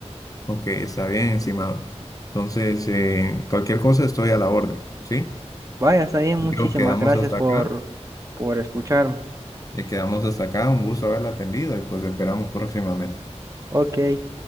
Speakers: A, on the left; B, on the right.
A: Ok, está bien, estimado. Entonces, eh, cualquier cosa estoy a la orden, ¿sí?
B: Vaya, está bien,
A: Yo
B: muchísimas
A: creo que quedamos
B: gracias
A: hasta
B: por,
A: acá.
B: por escucharme.
A: Y quedamos hasta acá. Un gusto haberla atendido y pues esperamos próximamente.
B: Ok.